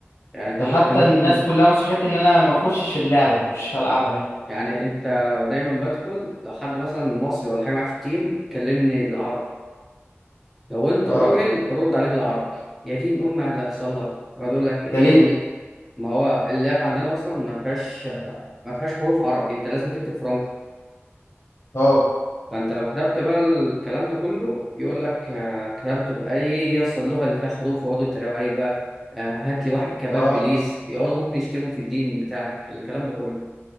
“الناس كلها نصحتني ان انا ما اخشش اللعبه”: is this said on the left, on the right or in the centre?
Left